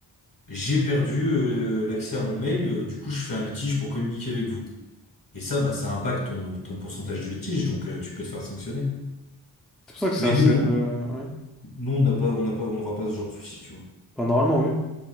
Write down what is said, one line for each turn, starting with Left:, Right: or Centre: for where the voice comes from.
Left: j'ai perdu, euh, l'accès à mon mail, euh, du coup, je fais un litige pour communiquer avec vous. Et ça, bah, ça impacte ton, ton pourcentage de litige, donc, euh, tu peux te faire sanctionner.
Centre: C'est pour ça que c'est
Left: Mais
Centre: assez...
Left: nous,
Centre: euh, ouais.
Left: nous, on n'a pas, on n'a pas, on n'aura pas ce genre de souci, tu vois.
Centre: Enfin, normalement, oui.